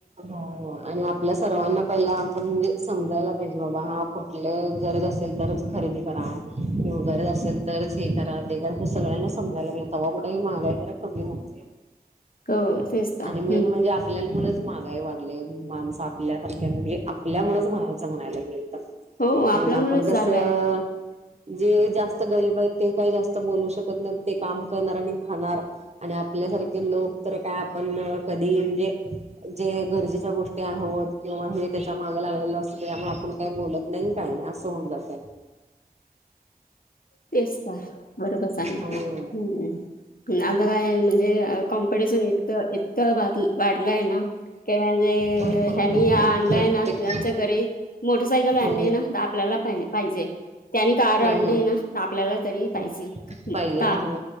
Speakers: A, on the right (about 45°); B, on the left (about 65°).
A: हो आणि आप आपला सर्वांना पहिला आपण म्हणजे, समजायला पाहिजे बाबा हा कुठल गरज असेल तरच खरेदी. करा किंवा गरज असेल तरच हे करा ते करा, सगळ्यांना समजायला तेव्हा कुठेही महागाई जरा. कमी मोठी आहे.
B: क तेच. तर हम्म
A: आणि मेन म्हणजे आत आपल्यामुळेच महागाई वाढले माणसं, आपल्यासारख्या म्हणजे आपल्यामुळेच म्हणायचं म्हणायला गेल तर.
B: हो
A: आणि
B: आपल्यामुळेच
A: आपण कसं.
B: झालंय
A: जे जास्तं गरीब आहेत ते काही जास्त बोलू शकत नाही, ते काम करणार आणि खाणार. आणि आपल्यासारखे लोकं तर काय आपण कधी म्हणजे, जे गरजेच्या गोष्टी आहोत किंवा हे त्याच्या माग लागलेलं असत त्याच्यामुळे आपण काय बोलत देन काय असं होऊन जातं.
B: तेच तर बरोबर सांगितला
A: हो
B: हम्म. आता काय म्हणजे, कॉम्पिटिशन इतक इतकं वाढलंय ना. म्हणजे
A: भरपूर
B: हेनी,
A: भरपूर
B: आणलाय
A: प्रत्येक
B: ना त्यांच्या घरी. मोटरसायकल आणली
A: हो
B: ना, आपल्याला पाहि पाहिजे त्यांनी कार
A: हो
B: आणली
A: ह
B: ना. आपल्याला तरी पाहिजे,
A: ह पाहिजे
B: का
A: हो